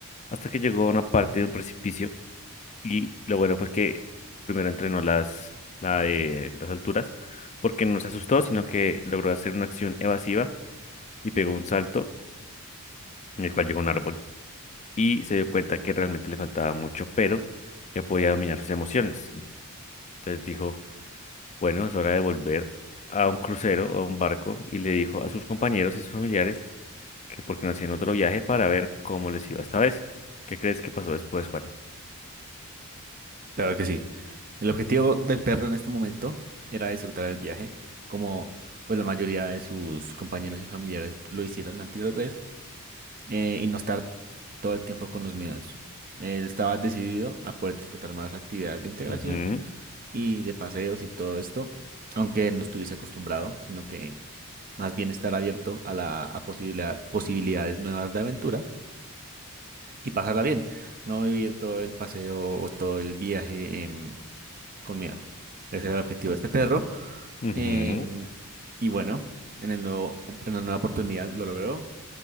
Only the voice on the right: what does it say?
Claro que sí. El objetivo del perro en este momento era disfrutar el viaje, como pues la mayoría de sus compañeros y familiares lo hicieron la anterior vez eh, y no estar todo el tiempo con los miedos. Él estaba decidido a poder disfrutar más actividades de integración
y de paseos y todo esto, aunque no estuviese acostumbrado, sino que más bien estar abierto a la a posibilidad- posibilidades nuevas de aventura y pasarla bien, no vivir todo el paseo o todo el viaje em, con miedo. Ese era el objetivo de este perro.
em, y bueno, en el nuevo, en la nueva oportunidad lo logró